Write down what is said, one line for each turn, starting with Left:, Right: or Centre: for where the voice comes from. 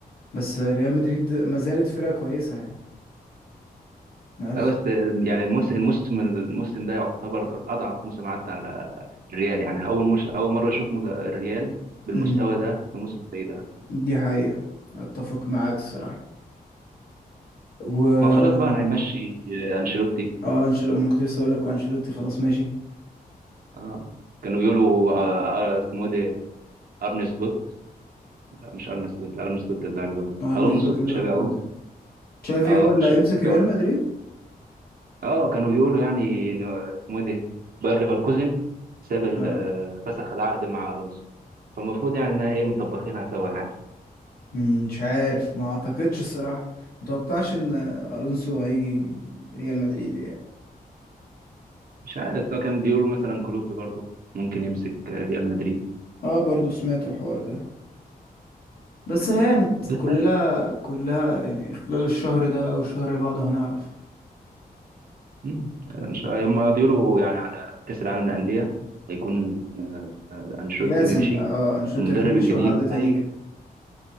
Left: بس آه، ريال مدريد ما زالت فرقة كويسة يعني ناس
Right: لا بس يعني الموسم الموسم الموسم ده يعتبر اضعف موسم عدى على الريال يعني اول موسم اول مره اشوف مو- الريال بالمستوى
Left: مم،
Right: ده في موسم زي ده
Left: دي حقيقة اتفق معاك الصراحة و
Right: ما خلاص بقى هيمشي آه، انشيلوتي
Left: اه انشيلوتي ما انا كنت لسه اقول لك وانشيلوتي خلاص ماشي
Right: آه. كانوا بيقولوا آه، آه، اسمه إيه ده ارني سلوت لا مش ارني سلوت لا ارني سلوت بتاع ليفربول
Left: ارني
Right: الونسو
Left: سلوت ليفربول
Right: تشابي الونسو
Left: تشافي
Right: اه
Left: هو اللي
Right: تش-
Left: هيمسك
Right: تشابي
Left: ريال
Right: الونسو
Left: مدريد
Right: اه كانوا بيقولوا يعني إنه اسمه إيه ده باير ليفركوزن ساب ال-
Left: اه
Right: آه، فسخ العقد مع الونسو فالمفروض يعني انها ايه مطبخينها سوا يعني
Left: مم، مش عارف ما اعتقدش الصراحة متوقعش ان آه، الونسو هيجي ريال مدريد يعني
Right: مش عارف بس هو كان بيقولوا مثلا كلوب برضه ممكن يمسك آه، ريال مدريد
Left: اه برضو سمعت الحوار ده بس هانت
Right: بس
Left: كلها كلها يعني خلال الشهر ده او الشهر اللي بعده هنعرف
Right: مم. يعني ان شاء الله هم بيقولوا يعني على كأس العالم للأندية هيكون آه، آه، أنشيلوتي
Left: لازم
Right: مشي
Left: اه انشيلوتي
Right: المدرب
Left: يكون مشي
Right: الجديد
Left: وحد تاني
Right: هيجي
Left: جه